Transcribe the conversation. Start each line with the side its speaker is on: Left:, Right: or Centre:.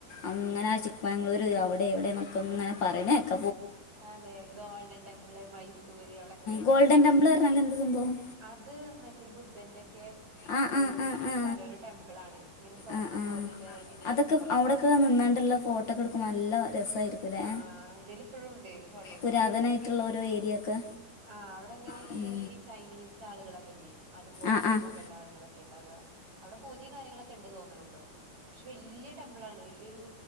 Right: ആഹ്
Left: അങ്ങനെ ചിക്ക്മംഗ്ളൂര് അവിടെ ഇവിടെ നമുക്കങ്ങനെ പറെണേക്കാം
Right: അതെ ഗോൾഡൻ ടെമ്പിള് മൈസൂര് അവിടെക്കെ പോയിട്ടുണ്ടായി
Left: ഗോൾഡൻ ടെമ്പിൾ പറഞ്ഞാൽ എന്ത് സംഭവം
Right: അത് മറ്റേ ബുദ്ധന്റെക്കെ
Left: ആ
Right: ഒരു
Left: ആ ആ
Right: സ്ഥലം
Left: ആ
Right: ഒരു ടെമ്പിൾ ആണ് അങ്ങനെ സ്വർണം
Left: ആ ആ
Right: പോലത്തെ വിഗ്രഹങ്ങളൊക്കെ
Left: അതൊക്കെ അവിടൊക്കെ
Right: കാര്യങ്ങളൊക്കെ
Left: നിന്നാണ്ടുള്ള
Right: ആയിട്ട്
Left: ഫോട്ടോക്കെ എടുക്കുമ്പോ നല്ല രസായിരിക്കുംല്ലേ
Right: ആ എന്തേലും ഇപ്പോഴും ഉണ്ട് ഹോട്ടോസോക്കെ
Left: പുരാതനായിട്ടുള്ള ഓരോ ഏരിയ ഒക്കെ
Right: ആ അവിടെ ഇങ്ങനെ
Left: അവിടൊക്കെര്
Right: ഈ ചൈനീസ് ആളുകളൊക്കെല്ലേ അതുപോലത്തോരു
Left: ആ ആ
Right: മുകളില ആളുകളൊക്കെ ക്കെ ഇണ്ടാവുക അവിടെ പൂജയും കാര്യങ്ങളൊക്കെ ഉണ്ട് തോനണുട്ടോ പക്ഷെ വല്യ ടെമ്പിളാണ് വല്യൊരു